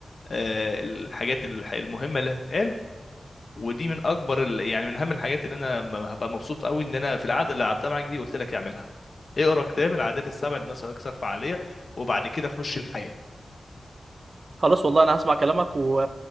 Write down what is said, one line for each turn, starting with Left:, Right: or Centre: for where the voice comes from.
Left: آه، الحاجات الح- المهمه اللي هتتقال ودي من اكبر ال- يعني من اهم الحاجات اللي انا م- هبقى مبسوط قوي ان انا في القعده اللي قعدتها معاك دي قلت لك اعملها اقرا كتاب العادات السبع للناس الاكثر فعاليه وبعد كده خش الحياه
Right: خلاص والله انا هسمع كلامك و